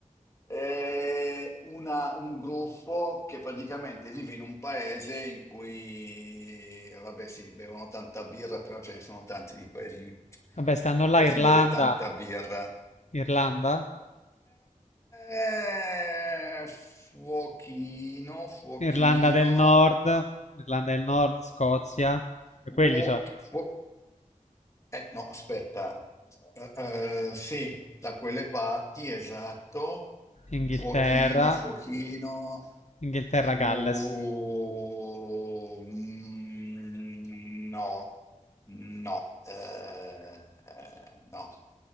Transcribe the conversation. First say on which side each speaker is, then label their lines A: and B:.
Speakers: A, on the left; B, on the left.
A: È una- un gruppo che praticamente vive in un paese in cui, vabbè, sì, bevono tanta birra, però ce ne sono tanti di paesi
B: Vabbè, stanno
A: dove
B: là Irlanda,
A: si beve tanta birra.
B: Irlanda,
A: Eh, fuochino, fuochino,
B: Irlanda del Nord, Irlanda del Nord, Scozia, e
A: fuo-
B: quelli so,
A: fuo- eh, no, aspetta. Eh, eh, sì, da quelle parti, esatto.
B: Inghilterra,
A: Fuochino, fuochino.
B: Inghilterra,
A: Fu-
B: Galles.
A: mm, no, no, eh, eh, no,